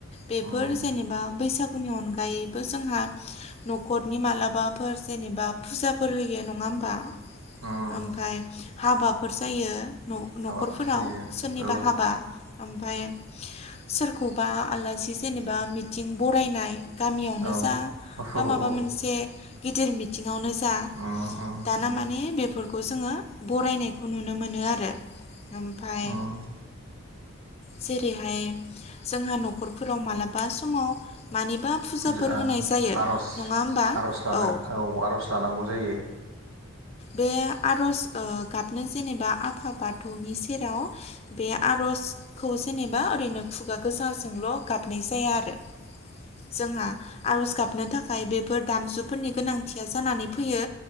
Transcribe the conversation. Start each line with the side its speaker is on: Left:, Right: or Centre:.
Left: बेफोर
Right: उम
Left: जेनेबा बैसागु नि अनगायैबो जोंहा न'खरनि मालाबाफोर जेनेबा फुजाफोर होयो नङा होमबा?
Right: उम
Left: ओमफ्राय हाबाफोर जायो न'खर
Right: हाबाफोर जायो
Left: सोरनिबा
Right: औ
Left: हाबा ओमफ्राय सोरखौबा आलासि जेनेबा मिथिं बरायनाय गामियावनो
Right: औ
Left: जा बा
Right: उम
Left: माबा मोनसे गिदिर मिथिङावनो जा
Right: उम
Left: दाना
Right: उम
Left: माने बेफोरखौ खौ जोङो बरायनायखौ नुनो मोनो आरो ओमफ्राय
Right: उम
Left: जेरैहाय जोंहा न'खरफोराव मालाबा समाव मानिबा फुजाफोर
Right: फुजा
Left: होनाय जायो
Right: आर'ज
Left: नङा होमबा
Right: आर'ज लानो
Left: औ
Right: आर'ज लानांगौ जायो
Left: बे आर'ज गाबनो जेनेबा आफा बाथौनि सेराव बे आर'ज खौ जेनेबा ओरैनो खुगा गोजाजोंल' गाबनाय जाया आरो। जोंहा आर'ज गाबनो थाखाय बेफोर दामजुफोरनि गोनांथिया जानानै फैयो